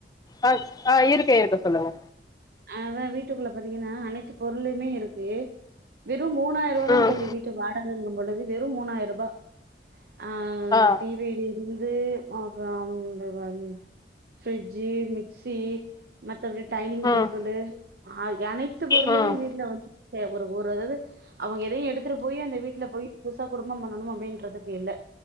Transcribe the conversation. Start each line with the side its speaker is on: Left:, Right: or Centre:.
Left: அ ஆ இருக்க இருக்க சொல்லுங்க
Right: அதா வீட்டுக்குள்ள பாத்தீங்கன்னா அனைத்து பொருளுமே இருக்கு வெறும் மூணாயிரூபதா
Left: ம்
Right: தோழி வீட்டு வாடகங்க பொழுது வெறும் மூணாயிரூபா ஆ
Left: ஆ
Right: டி விலிருந்து அப்புறம் <unintelligible> ஃப்ரிட்ஜு மிக்சி மத்தபடி டைனிங்
Left: ம்
Right: டேப் தூளு ஆகிய அனைத்து பொருளுமே
Left: ம்
Right: வீட்ல வந்து ஒரு ஒரு அதாவது அவங்க எதயு எடுத்துட்டு போய் அந்த வீட்ல போய் புதுசா குடும்பம் பண்ணணுமோ அப்புடின்றதுக்கு இல்ல